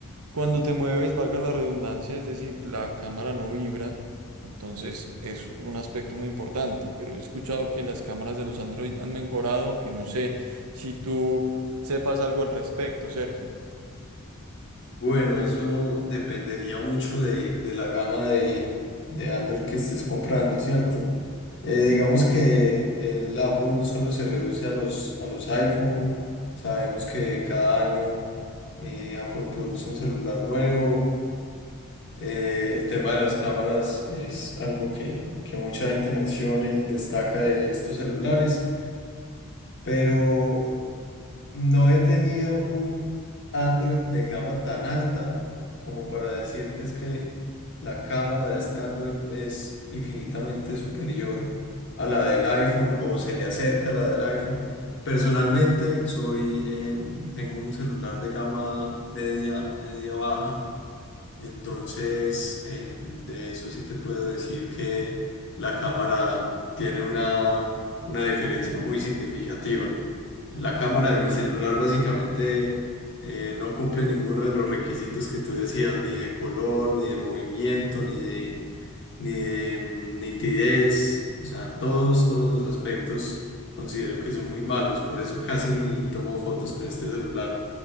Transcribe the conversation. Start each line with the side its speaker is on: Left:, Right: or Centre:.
Right: cuando te mueves, valga la redundancia, es decir, la cámara no vibra, entonces es un aspecto muy importante, pero he escuchado que las cámaras de los Android han mejorado, que no sé si tú sepas algo al respecto, Sergio.
Left: Bueno, eso dependería mucho de, de la gama de, de Android que estés comprando, ¿cierto? Eh, digamos que el Apple solo se reduce a los, a los iPhone. Sabemos que cada año eh, Apple produce un celular nuevo. Eh, el tema de las cámaras es algo que, que mucha gente menciona y destaca de estos celulares. Pero No he tenido un Android de gama tan alta como para decirte es que la cámara de este Android es infinitamente superior a la del iPhone o se le acerca a la del iPhone. Personalmente soy, em, tengo un celular de gama media, media baja entonces, eh, de eso sí te puedo decir que la cámara tiene una, una diferencia muy significativa. La cámara de mi celular básicamente eh, no cumple ninguno de los requisitos que tú decías, ni de color, ni de movimiento, ni de, ni de mm, nitidez. O sea, todos, todos los aspectos considero que son muy malos. Por eso casi ni tomo fotos con este celular.